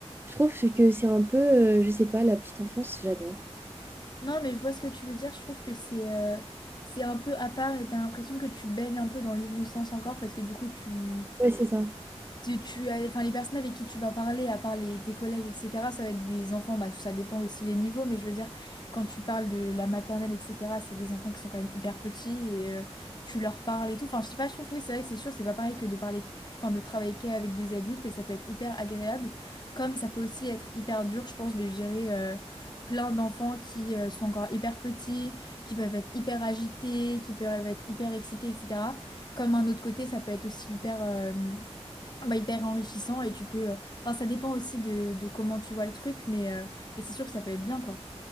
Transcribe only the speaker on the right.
je trouve que c'est un peu, euh, je sais pas, la petite enfance, j'adore.
Ouais, c'est ça.